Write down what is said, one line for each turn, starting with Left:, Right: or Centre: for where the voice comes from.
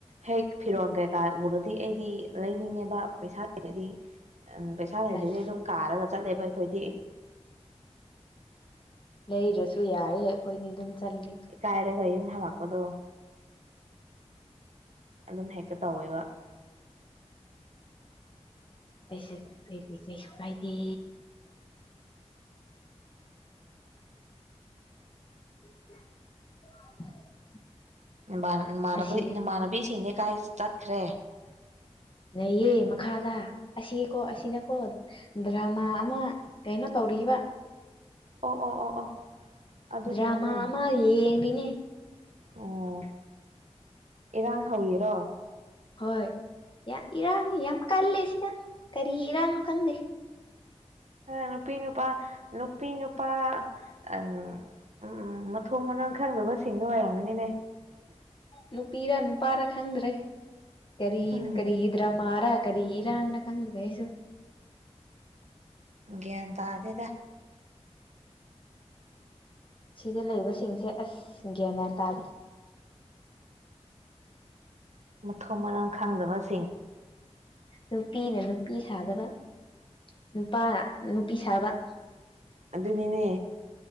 Right: ꯍꯦꯛ ꯐꯤꯔꯣꯟꯜ ꯀꯩꯀꯥ ꯎꯔꯗꯤ ꯑꯩꯗꯤ ꯂꯩꯅꯤꯡꯉꯦꯕ ꯄꯩꯁꯥ ꯂꯩꯇ꯭ꯔꯗꯤ ꯎꯝ ꯄꯩꯁꯥ ꯂꯩꯇ꯭ꯔꯗꯤ
Left: ꯑꯁ
Right: ꯑꯗꯨꯝ ꯀꯥꯔꯒ ꯆꯠꯂꯦꯕ ꯑꯩꯈꯣꯏꯗꯤ
Left: ꯂꯩꯗ꯭ꯔꯁꯨ ꯌꯥꯋꯦ ꯑꯩꯈꯣꯏꯅꯤ ꯑꯗꯨꯝ ꯆꯠꯂꯤ
Right: ꯏꯀꯥꯏꯔꯒ ꯌꯨꯝ ꯍꯜꯂꯛꯄꯗꯣ ꯑꯗꯨꯝ ꯍꯦꯛꯇ ꯇꯧꯋꯦꯕ
Left: ꯀꯩꯁꯨ ꯀꯥꯏꯗꯦ꯫ <inaudible>
Right: ꯥꯅꯝꯕꯥꯟ ꯅꯃꯥꯟꯅꯕꯩ
Left: ꯑꯁꯤ
Right: ꯅꯃꯥꯟꯅꯕꯤꯁꯤꯡꯗꯤ ꯀꯥꯏ ꯆꯠꯈ꯭ꯔꯦ꯫
Left: ꯂꯩꯌꯦ ꯃꯈꯥꯗ ꯑꯁꯤꯀꯣ ꯑꯁꯤꯅꯀꯣ ꯗ꯭ꯔꯃꯥ ꯑꯃ ꯀꯩꯅꯣ ꯇꯧꯔꯤꯕ꯫
Right: ꯑꯣ ꯑꯣ ꯑꯣ ꯑꯣ ꯑꯗꯨꯒꯤꯅꯤꯅꯦ
Left: ꯗ꯭ꯔꯃꯥ ꯑꯃ ꯌꯦꯡꯔꯤꯅꯦ꯫
Right: ꯑꯣ ꯏꯔꯥꯡ ꯍꯧꯏꯔꯣ꯫
Left: ꯍꯣꯏ ꯌꯥꯝ ꯏꯔꯥꯡꯅꯤ ꯌꯥꯝ ꯀꯜꯂꯦ ꯁꯤꯗ ꯀꯔꯤ ꯏꯔꯥꯡꯅꯣ ꯈꯪꯗꯦ꯫
Right: ꯅꯨꯄꯤ ꯅꯨꯄꯥ ꯅꯨꯄꯤ ꯅꯨꯄꯥ ꯑ ꯎꯝ ꯎꯝ ꯃꯊꯣꯡ ꯃꯔꯪ ꯈꯪꯗꯕꯁꯤꯡꯗꯣ ꯑꫭꯏꯔꯝꯒꯅꯤꯅꯦ꯫
Left: ꯅꯨꯄꯤꯔ ꯅꯨꯄꯥꯔ ꯈꯪꯗ꯭ꯔꯦ ꯀꯔꯤ
Right: ꯎꯝ
Left: ꯀꯔꯤꯒꯤ ꯗ꯭ꯔꯃꯥꯔꯥ ꯀꯔꯤꯔꯥ ꯑꯪꯅ ꯈꯪꯗ꯭ꯔꯦ ꯑꯩꯁꯨ꯫
Right: ꯒ꯭ꯌꯥꯟ ꯇꯥꯗꯦꯗ꯫
Left: ꯁꯤꯗ ꯂꯩꯕꯁꯤꯡꯁꯦ ꯑꯁ ꯒ꯭ꯌꯦꯟꯃꯦꯅ ꯇꯥꯗꯦ꯫
Right: ꯃꯊꯣꯡ ꯃꯔꯝ ꯈꯪꯗꯕꯁꯤꯡ꯫
Left: ꯅꯨꯄꯤꯅ ꯅꯨꯄꯤ ꯁꯥꯗꯕ ꯅꯨꯄꯥ ꯅꯨꯄꯤ ꯁꯥꯕ꯫
Right: ꯑꯗꯨꯅꯤꯅꯦ